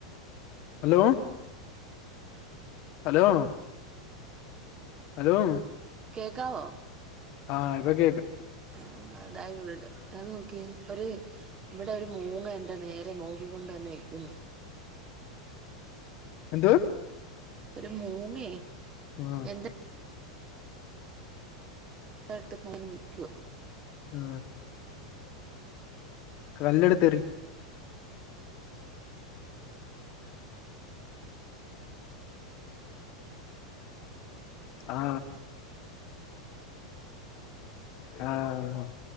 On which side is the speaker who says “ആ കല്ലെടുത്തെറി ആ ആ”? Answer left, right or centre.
Left